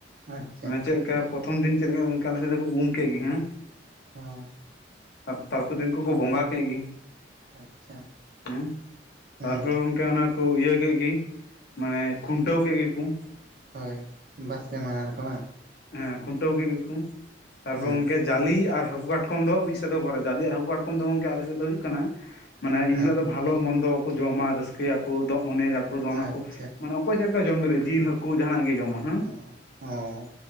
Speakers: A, on the right; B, on the left.
A: ᱟᱪᱪᱷᱟ
B: ᱢᱟᱱᱮ ᱪᱮᱫ ᱞᱮᱠᱟ ᱯᱚᱨᱛᱷᱚᱢ ᱫᱤᱱ ᱪᱮᱫ ᱞᱮᱠᱟ ᱜᱚᱝᱠᱮ ᱟᱞᱮ ᱥᱮᱫ ᱫᱚᱠᱚ ᱩᱢ ᱠᱮᱜ ᱜᱮ ᱦᱮᱸ ᱾
A: ᱦᱮᱸ ᱾
B: ᱛᱟᱨ ᱛᱟᱨ ᱯᱚᱨᱮ ᱫᱤᱱ ᱠᱚ ᱵᱚᱸᱜᱟ ᱠᱮᱫ ᱜᱮ
A: ᱟᱪᱪᱷᱟ
B: ᱦᱮᱸ ᱛᱟᱨ
A: ᱦᱮᱸ
B: ᱯᱚᱨᱮ ᱜᱚᱝ ᱠᱮ ᱚᱱᱟ ᱠᱚ ᱤᱭᱟᱹ ᱠᱮᱫ ᱜᱤ ᱢᱟᱱᱮ ᱠᱷᱩᱱᱴᱟᱹᱣ ᱠᱮᱫ ᱜᱮᱠᱳ ᱾
A: ᱦᱳᱭ ᱵᱟᱥᱠᱮ ᱢᱟᱦᱟ ᱞᱮᱠᱟ ᱵᱟᱝᱟ?
B: ᱦᱮᱸ ᱠᱷᱩᱱᱴᱟᱹᱣ ᱠᱮᱫ ᱜᱮᱠᱚ, ᱛᱟᱨ
A: ᱦᱮᱸ
B: ᱯᱚᱨᱮ ᱜᱚᱝᱠᱮ ᱡᱟᱹᱞᱤ ᱟᱨ ᱦᱟᱹᱠᱩ ᱠᱟᱴ ᱠᱚᱢ ᱫᱚ ᱢᱤᱫ ᱥᱮᱫ ᱛᱮᱠᱚ ᱠᱚᱨᱟᱣᱟ ᱡᱟᱞᱤ ᱟᱨ ᱦᱟᱹᱠᱩ ᱠᱟᱴᱠᱚᱢ ᱫᱚ ᱜᱚᱝᱠᱮ ᱟᱞᱮ ᱥᱮᱫ ᱫᱚ ᱦᱩᱭᱩᱜ ᱠᱟᱱᱟ ᱢᱟᱱᱮ ᱤᱱ
A: ᱦᱮᱸ
B: ᱦᱤᱞᱳᱜ ᱫᱚ ᱵᱷᱟᱞᱳ ᱢᱚᱱᱫᱳ ᱠᱚ ᱡᱚᱢᱟ, ᱨᱟᱹᱥᱠᱟᱹᱭᱟᱠᱚ ᱫᱚᱜ ᱚᱱᱮᱡᱟᱠᱚ ᱫᱚᱱᱟᱠᱚ
A: ᱟᱪᱪᱷᱟ
B: ᱢᱟᱱᱮ ᱚᱠᱚᱭ ᱪᱮᱫ ᱞᱮᱠᱟᱭ ᱡᱚᱢ ᱫᱟᱲᱮᱭᱟᱜ ᱡᱤᱞ, ᱦᱟᱹᱠᱩ ᱡᱟᱦᱱᱟᱜ ᱜᱮ ᱡᱚᱢᱟ ᱾
A: <unintelligible> ᱚ ᱾